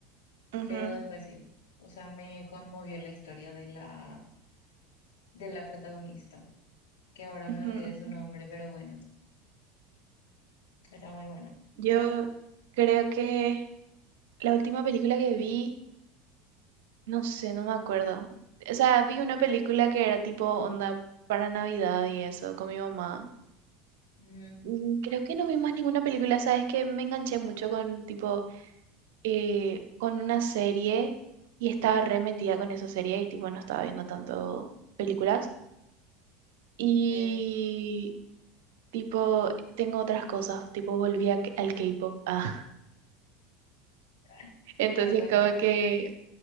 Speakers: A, on the right (about 70°); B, on the left (about 70°).
A: Ujú,
B: pero después sí. O sea, me conmovió la historia de la, de la protagonista, que ahora
A: ujú,
B: me olvidé
A: ujú.
B: su nombre, pero bueno, está muy bueno.
A: Yo creo que la última película que vi, no sé, no me acuerdo. O sea, vi una película que era tipo onda para Navidad y eso, con mi mamá.
B: Ujú,
A: Mm, Creo que no vi más ninguna película, sabes que me enganché mucho con tipo eh, con una serie y estaba re metida con esa serie y tipo no estaba viendo tanto películas y
B: sí,
A: tipo tengo otras cosas, tipo volví a k- al K-pop. Ah, <laughs>
B: <laughs>
A: entonces
B: me di cuenta.
A: como que